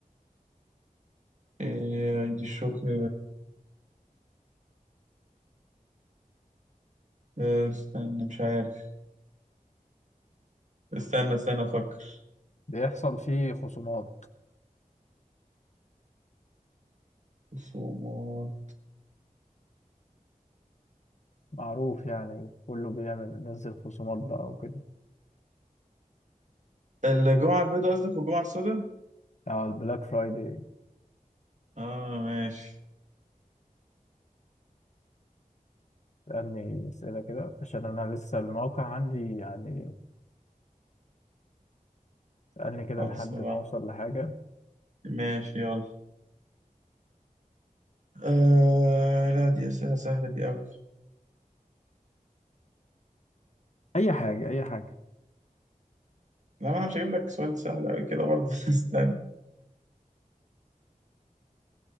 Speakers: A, on the right; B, on the left.
A: إيه عيد الشكر آه، استنى مش عارف استنى استنى افكر
B: بيحصل فيه خصومات
A: خصومات
B: معروف يعني كله بيعمل ينزل خصومات بقى وكده
A: الجمعة البيضاء قصدك والجمعة السوداء؟
B: على البلاك فرايداي
A: اه ماشي
B: سألني أسئلة كده عشان أنا لسه الموقع عندي يعني سألني كده
A: خلص
B: لحد
A: بقى.
B: ما أوصل لحاجة
A: ماشي يلا آه لا دي أسئلة سهلة دي أوي
B: أي حاجة أي حاجة
A: لا ما أنا مش هجيب لك سؤال سهل أوي كده برضه <laughs> استنى